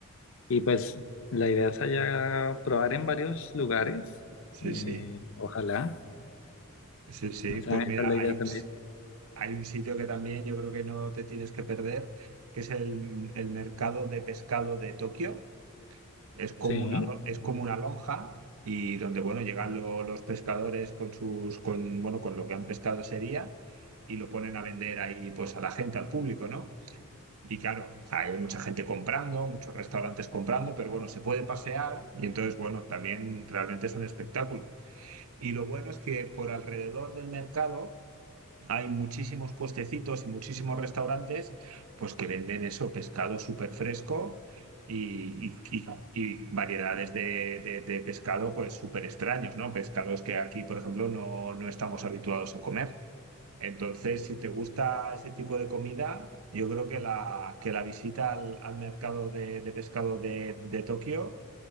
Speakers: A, on the left; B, on the right.
A: y pues la idea es allá probar en varios lugares,
B: sí,
A: eh,
B: sí,
A: ojalá,
B: sí, sí.
A: esa,
B: Pues
A: esa
B: mira,
A: es la idea
B: hay un,
A: también.
B: hay un sitio que también yo creo que no te tienes que perder, que es el, el mercado de pescado de Tokio. Es como
A: Sí.
B: una, lo- es como una lonja y donde, bueno, llegan lo- los pescadores con sus, con, bueno, con lo que han pescado ese día y lo ponen a vender ahí, pues, a la gente, al público, ¿no? Y claro, o sea, hay mucha gente comprando, muchos restaurantes comprando, pero bueno, se puede pasear y entonces, bueno, también realmente es un espectáculo. Y lo bueno es que por alrededor del mercado hay muchísimos puestecitos y muchísimos restaurantes pues que venden eso, pescado súper fresco y, y- y- y variedades de, de- de pescado pues súper extraños, ¿no? Pescados que aquí, por ejemplo, no, no estamos habituados a comer. Entonces, si te gusta ese tipo de comida, yo creo que la, que la visita al, al mercado de, de pescado de, de Tokio,